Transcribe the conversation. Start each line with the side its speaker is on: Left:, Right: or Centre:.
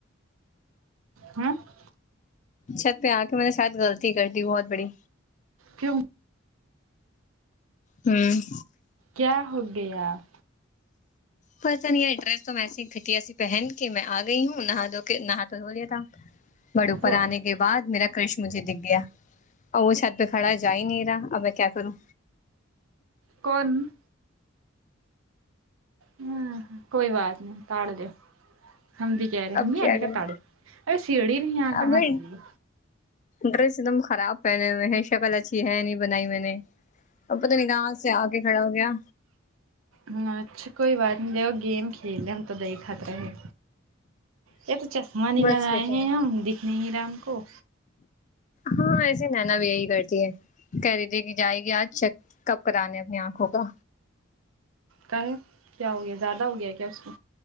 Right: ہہمم
Left: چھت پہ آ کے میں نے شاید غلطی کر دی بہت بڑی
Right: کیوں
Left: ہوں
Right: کیا ہو گیا آپ
Left: پس نہیں ای ڈریس تو میںسی گھٹیا سی پہن کے میں آ گئی ہوں نہا دو کے نہا تو ہوولیا تھا بڑےو پر
Right: تو
Left: آنے کے بعد میرا کرش مجھے دکھ گیا اور وہ چھت پہ کھڑا جا ہی نہیں رہا اب میں کیا کروں
Right: کون ہ کوئی بات نہیں پڑھ دو ہم دیکھ کہہ رہے
Left: اب
Right: ہم بھی
Left: کیا
Right: یعنی
Left: کریں
Right: کہ تاڑو ارے سیڑھی نہیں یہاں کہاں
Left: اب
Right: چلی گی
Left: ڈریس ایک دم خراب پہنے ہوے ہے شکل اچھی ہے نہیں بنائی بھی نہیں اب پتہ نہیں کہاں سے آ کے کھڑا ہو گیا
Right: ہ اچھا کوئی بات نہیں دو گیم کھیلے ہم تو دیکھت ہے یہ تو چشمہ نہیں
Left: بس
Right: لگائے
Left: دیکھے
Right: ہیں
Left: گا
Right: ہم دیکھ نہیں رہا ہم کو
Left: ہاں ایسے نینا بھی یہی کرتی ہے کہ رہی تھی جائے گی آج چیکپ کرانے اپنی آنکھوں کا
Right: کا ہے کیا ہو گیا زیادہ ہو گیا ہے کیا اس کو